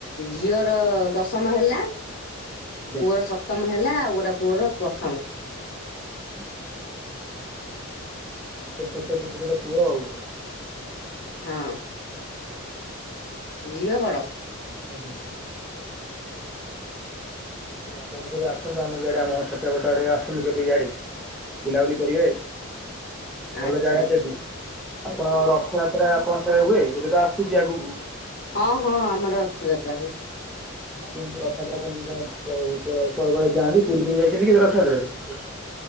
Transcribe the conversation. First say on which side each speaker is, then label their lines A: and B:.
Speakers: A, on the left; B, in the centre.
A: ଝିଅର ଦଶମ ହେଲା।
B: ଆଜ୍ଞା
A: ପୁଅର ସପ୍ତମ ହେଲା ଆଉ ଗୋଟେ ପୁଅର ପ୍ରଥମ।
B: ହୁଁ ହୁଁ ତାହେଲେ ଛୋଟ ଛୋଟ ଜୋଡେ ପୁଅ ଆଉ।
A: ହଁ। ଝିଅ ବଡ।
B: ଆଜ୍ଞା ଆପଣ କେବେ ଆସନ୍ତୁ ଆମ ଇଆଡ଼େ ଆମ ଛତିଆ ପଟଆଡେ ଆସନ୍ତୁ କେବେ ଇଆଡେ ବୁଲାବୁଲି କରିବେ ଭଲ
A: ଆଚ୍ଛା
B: ଜାଗା
A: ଆଚ୍ଛା
B: ସେଠ ଆପଣ ରଥଯାତ୍ରା ଆପଣ ସିଆଡେ ହୁଏ? ଏବେ ତ ଆସୁଛି ଆଗକୁ।
A: ହଁ ହଁ ଆମର ରଥଯାତ୍ରା ହୁଏ।
B: ହଁ କେମତି ରଥଯାତ୍ରା କେମିତି <unintelligible> ଯାଆନ୍ତି ପୁରୀ ଫୁରୀ ଯାଇଛନ୍ତି କେବେ ରଥଯାତ୍ରାକୁ?